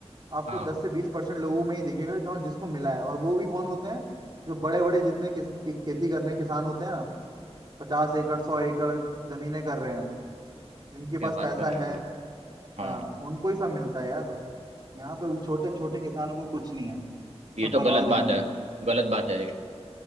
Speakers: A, on the right; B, on the right.
A: आपको
B: हाँ।
A: दस से बीस परसेंट लोगों में ही दिखेगा जहाँ जिसको मिला है और वो भी कौन होते हैं जो बड़े बड़े जितने किस, खेती करने किसान होते हैं पचास एकड़ सौ एकड़ जमीनें कर रहे हैं जिनके पास
B: क्या बात
A: पैसा
B: कर रहे
A: है
B: हो आप? हाँ
A: हाँ उनको ही सब मिलता है यार यहाँ पे वो छोटे छोटे किसानों को कुछ नहीं है
B: ये
A: सब
B: तो
A: बर्बाद
B: गलत
A: है
B: बात
A: यहाँ
B: है
A: पे
B: गलत बात है ये